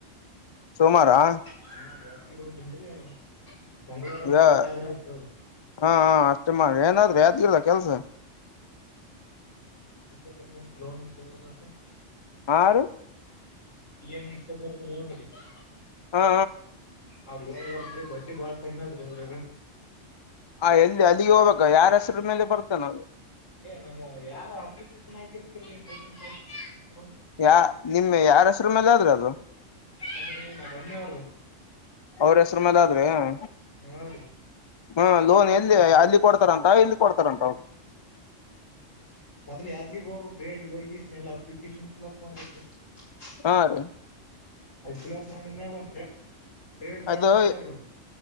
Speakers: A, on the left; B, on the left.
A: ಸೋಮಾರಾ
B: ಹಾ ಯ ಇಟನ್ರಿ ಮಂಗಗಳವಾರಂಗ
A: ಹಾ
B: ಬೆೇಟ್ಟೆ ಆದ್ರೆ ಇತವ್ರೀ
A: ಹಾ ಅಷ್ಟೇ ಮಾಡ್ರಿ ಏನಾದ್ ಅಲ್ಲ ಕೆಲ್ಸ
B: ಇಷ್ಟ ಪಮ ಲೋನ್ ತೋದಲ್ <unintelligible>
A: ಆರು <unintelligible>
B: ಇ ಎಲ್ಲಂಟದೆ <unintelligible>
A: ಹಾ
B: ಅವ್ರ ಹಾರದ್ರೀ ಬಡ್ಡಿ ಬಾಳ ಕಮ್ಮಿ ಆದ್ರಿ ಅದ್ರ <unintelligible>
A: ಹ ಎಲ್ಲಿ ಅಲ್ಲಿಗೆ ಹೋಗ್ಬೇಕ ಯಾರ ಹೆಸ್ರ ಮೇಲೆ ಬರ್ತಾನ <unintelligible>
B: ನಮ್ ಯಾರ ಅಪ್ಲಿಕೇಶನ್ ಆಕಿರ್ತರಿ ಲಸನ್ <unintelligible>
A: ಯಾ ನಿಮೆ ಯಾರ ಹೆಸರು ಮೇಲೆ ಆದ್ರೂ ಅದು <unintelligible>
B: ಅದ್ರೀ ನಮ್ಮ ಮಮ್ಮಿಯವ್ರು
A: ಅವ್ರ ಹೆಸರು ಮೇಲದ್ರೆ <unintelligible>
B: ಹಾ ರೀ
A: ಹಾ ಲೋನ್ ಎಲ್ಲಿ ಅಲ್ಲಿ ಕೊಡ್ತಾರಂತ ಇಲ್ಲಿ ಕೊಡ್ತಾರಂತ <unintelligible>
B: ಮೊದ್ ಯಾದಗಿರಿ ಹೋಗ್ಬೇಕ್ರೀ ಎಲ್ಲಿ ಹೋಗಿಷ್ಟ ಎಲ್ಲಾ ಅಪ್ಲಿಕೇಶನ್ ಫಿಲ್ಅಪ್ ಮಾಡ್ಬೇಕೀ <unintelligible>
A: ಹಾ ಅದದೆ <unintelligible>
B: ಅ ಫಲ್ಅಪ್ ಮಾಡಿದಾಗ ಒಂಧ ಟ್ರೇಡ್ ಕಾರ್ಡ್
A: ಅದು
B: ಕೊಡ್ತಾರೀ ಒಂದು <unintelligible>